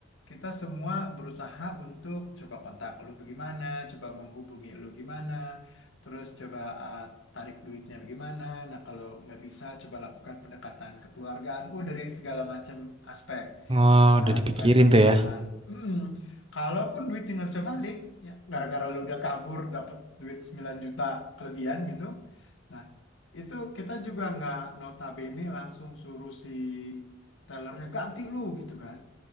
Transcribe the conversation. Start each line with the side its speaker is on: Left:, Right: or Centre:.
Left: kita semua berusaha untuk coba kontak lo bagaimana, coba menghubungi lo gimana, terus coba eh, tarik duitnya bagaimana. Nah kalau nggak bisa coba lakukan pendekatan kekeluargaan. Oh dari segala macam aspek
Right: Oh,
Left: kita
Right: udah
Left: lakukan
Right: dipikirin
Left: pendekatan.
Right: tuh ya,
Left: Hmm, kalaupun duitnya nggak bisa balik, ya gara-gara lu udah kabur dapat duit sembilan juta kelebihan gitu Nah, itu kita juga nggak notabene langsung suruh si tellernya ganti lu gitu kan.